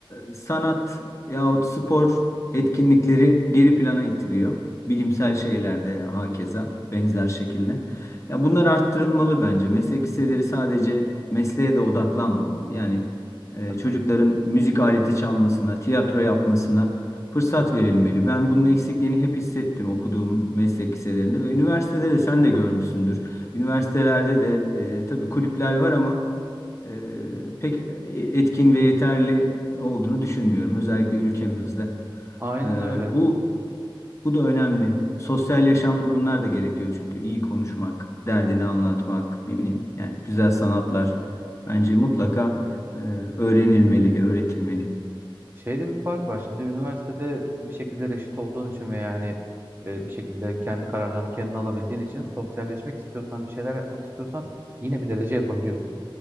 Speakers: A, on the left; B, on the right.
A: e, sanat yahut spor etkinlikleri geri plana itiliyor. Bilimsel şeylerde hakeza benzer şekilde. Ya bunlar arttırılmalı bence. Meslek liseleri sadece mesleğe de odaklanmamalı. Yani e,
B: tabii.
A: çocukların müzik aleti çalmasına, tiyatro yapmasına fırsat verilmeli. Ben bunun eksikliğini hep hissettim okuduğum meslek liselerinde ve üniversitede de sen de görmüşsündür. Üniversitelerde de e, tabii kulüpler var ama e, pek e, etkin ve yeterli olduğunu düşünmüyorum. Özellikle ülkemizde.
B: Aynen
A: E,
B: öyle.
A: bu bu da önemli. Sosyal yaşamda bunlar da gerekiyor çünkü iyi konuşmak, derdini anlatmak, ne bileyim yani güzel sanatlar bence mutlaka e, öğrenilmeli, öğretilmeli.
B: Şeyde bir fark var. Şimdi üniversitede bir şekilde reşit olduğun için ve yani e, bir şekilde kendi kararlarını kendin alabildiğin için sosyalleşmek istiyorsan, bir şeyler yapmak istiyorsan yine bir derece yapabiliyorsun.